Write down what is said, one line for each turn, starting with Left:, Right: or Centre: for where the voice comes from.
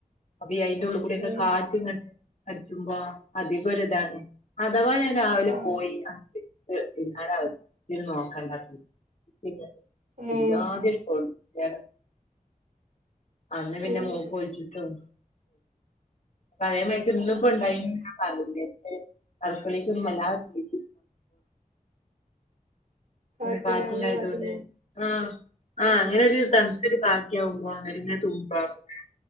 Left: അവിടെ അപ്പഇ അയിന്റെ ഉളളി കൂടിക്കെ
Right: ഏഹ്
Left: കാറ്റ് ഇങ്ങനെ അടിച്ചുമ്പോ അധികം ഒരു ഇതാണ് അഥവാ ഞാൻ രാവിലെ
Right: ആഹ്
Left: പോയി അ <unintelligible> ക്ക് പിന്നാല <unintelligible> നോക്കണ്ട പിന്ന ഒരിച്ചാതി
Right: ഏഹ്
Left: ഒരു പോർതെ ണ് അന്ന് പിന്നെ
Right: ഉം
Left: മൂക്കൊലിചിട്ടും അപ്പൊ അതേ മയക്ക് ഇന്ന്
Right: ആഹ്
Left: ഇപ്പോ ഉണ്ടായി ന്ന പറിണ്ട് അടുക്കളിക്കന്നും വല്ലാദേ <unintelligible> പിന്നെ
Right: കാറ്റില്ലേ
Left: കാറ്റിണ്ടായതോണ്ട്
Right: നല്ല കാറ്റുണ്ട്
Left: ആ അ
Right: ആഹ്
Left: അങ്ങനെ
Right: ഉം
Left: ഒരു തണുത്ത ഒരു കാറ്റ് ആവുമ്പോ എന്നിട്ട് ഇങ്ങെ തുമ്പാ <unintelligible>